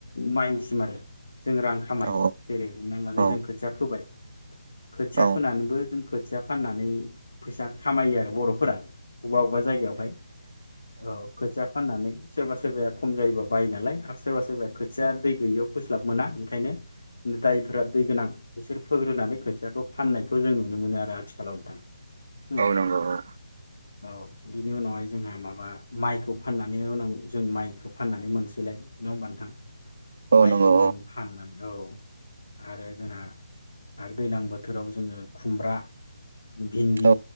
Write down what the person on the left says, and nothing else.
माइसिम आरो जों रां खामायो
जेरै हमनानै लाानो
जोंखौ दुबाइ खोथिया
फोनानैबो जों खोथिया फैसा फाननानै फैसा खामायो आरो बर'फोरा अबेबा अबेबा जायगायावहाय औ खोथिया फाननानै सोरबा सोरबाया खम जायोबा बायो नालाय सोरबा सोरबा खोथिया दै गैययाव फोस्लाब मोना ओंखायनो दायफोरा दै गोनां बिसोर फोग्रोनानै खोथियाखौ फाननायखौ जों नुनो मोनो आरो आथिखालाव नोंथां उम
औ बिनि उनावहाय जोंहा माबा माइखौ फाननानै उनाव जों माइखौ फाननानै मोनसैलाय नङा होनबा नोंथां
माइखौ
जों फाननानै औ आरो जोंहा आरो दैलां बोथोराव जोङो खुमब्रा भिन्दि